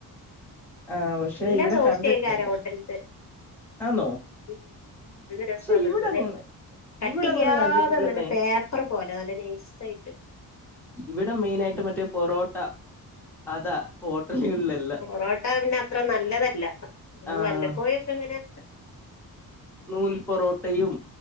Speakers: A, in the centre; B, on the left (about 45°).
A: ആഹ് പക്ഷെ
B: നല്ലാ
A: ഇവിടെ
B: സോഫ്റ്റായിക്കാരം
A: കണ്ടിട്ടില്ല ഇതിനെ
B: ഹോട്ടൽത്തെ
A: ആന്നോ
B: മ്മ് രസണ്
A: പക്ഷെ ഇവിടെ
B: <unintelligible>
A: അങ്ങനെ
B: കട്ടില്യാതെ
A: ഇവിടെ അങ്ങനെ കണ്ടിട്ടില്ലെന്നേ
B: നല്ലപേപ്പറ്പോലെ നല്ലനൈസ്സായിട്ട്
A: ഇവിടെ മെയിനായിട്ട്മറ്റേ പൊറോട്ട അതാ ഹോട്ടലുകളിലല്ലാ
B: പൊറോട്ടാപിന്നെ അത്രനല്ലതല്ല
A: ആഹ്
B: വല്ലപ്പോയൊക്കെങ്ങനെ
A: നൂൽ പൊറോട്ടയും